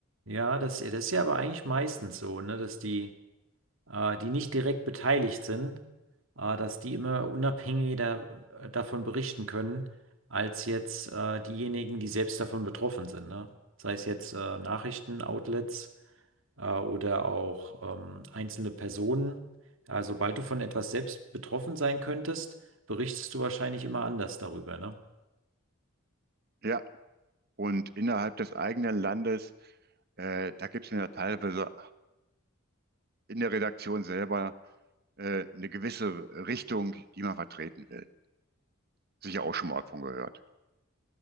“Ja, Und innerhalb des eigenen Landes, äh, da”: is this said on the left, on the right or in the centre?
Right